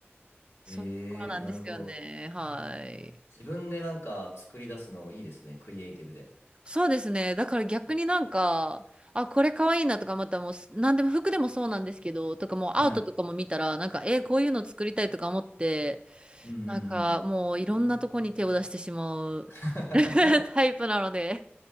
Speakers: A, on the right (about 25°); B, on the left (about 85°).
A: そういうところなんですよね。
B: えーなるほど。
A: はい。
B: 自分でなんか作り出すのいいですね。クリエイティブで。
A: そうですね。だから逆になんか、あ、これ可愛いなとか、またもう、なんでも服でもそうなんですけど、とかもうアウトとかも見たら、
B: はい。
A: なんか、えーこういうの作りたいとか思って、
B: うんうんうん。
A: なんかもういろんなとこに手を出してしまう
B: <laughs>
A: <laughs> タイプなので。